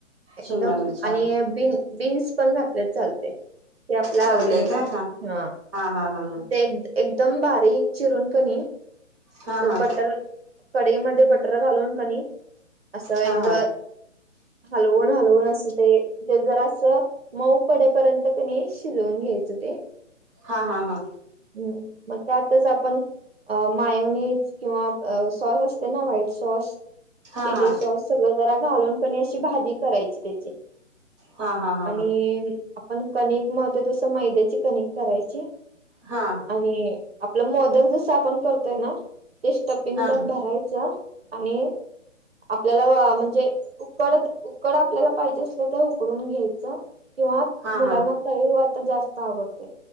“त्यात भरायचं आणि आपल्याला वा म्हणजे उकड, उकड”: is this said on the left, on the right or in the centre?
Right